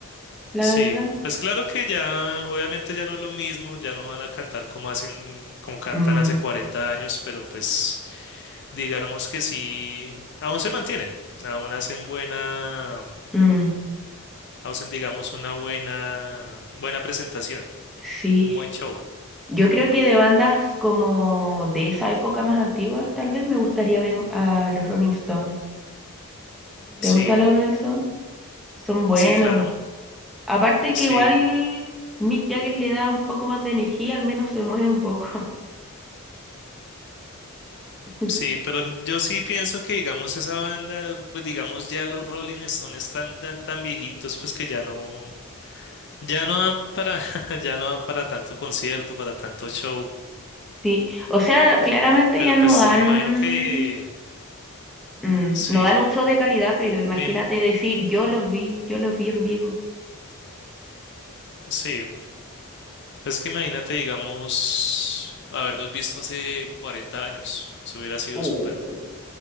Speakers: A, in the centre; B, on the left.
A: la
B: Sí,
A: verdad.
B: pues claro que ya, obviamente ya no es lo mismo, ya no van a cantar como hacen, como cantan
A: Mm,
B: hace 40 años, pero pues digamos que sí, aún se mantienen, aún hacen buena,
A: mm,
B: hacen digamos una buena, buena presentación,
A: sí,
B: un buen show.
A: yo creo que de bandas como de esa época más antiguas, tal vez me gustaría ver a los Rolling Stones. ¿Te
B: Sí,
A: gustan los Rolling Stones? Son buenos.
B: sí, claro.
A: Aparte
B: Sí,
A: que igual Mick Jagger le da un poco más de energía, al menos se mueve un poco. <laughs>
B: sí, pero yo sí pienso que digamos esa banda, pues digamos ya los Rolling Stones están tan, tan viejitos, pues que ya no. Ya no dan para, <laughs> ya no dan para tanto concierto, para tanto show,
A: Sí, o sea, claramente
B: pero
A: ya no
B: pues
A: dan
B: me imagino que
A: Mm,
B: sí,
A: no dan un show de calidad, pero imagínate
B: me,
A: decir, yo los vi, yo los vi en vivo.
B: sí, pues que imagínate, digamos, haberlos visto hace 40 años, eso hubiera sido
A: Oh,
B: súper